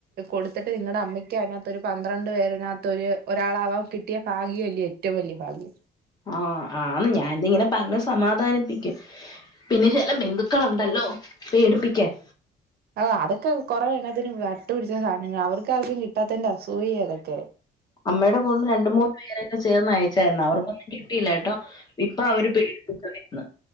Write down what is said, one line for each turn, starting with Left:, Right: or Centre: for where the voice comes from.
Right: കൊടുത്തിട്ട് നിങ്ങടെ അമ്മയ്ക്ക് അതിനകത്തൊരു പന്ത്രണ്ട് പേര്നകത്ത് ഒരു ഒരാളാവാൻ കിട്ടിയ ഫാഗ്യല്ലേ ഏറ്റവും വലിയ ഫാഗ്യം
Left: ആഹ് ആ ഞാനിതിങ്ങനെ പറഞ്ഞ് സമാധാനിപ്പിക്കും പിന്നെ ചെല ബന്ധുക്കളുണ്ടല്ലോ പേടിപ്പിക്കാൻ
Right: അഹ് അതൊക്കെ കൊറെ എണ്ണത്തിന് വട്ടു പിടിച്ച സാധനങ്ങളാ അവർക്ക് ആർക്കും കിട്ടാത്തേന്റെ അസൂയേ അതൊക്കെ
Left: അമ്മയുടെ ഫോണിന്നു രണ്ട് മൂന്ന് പേരൊക്കെ ചേർന്ന് അയച്ചായിരുന്നു അവർക്കൊന്നും കിട്ടിയില്ല ട്ടൊ ഇപ്പൊ അവര് പെട് <unintelligible>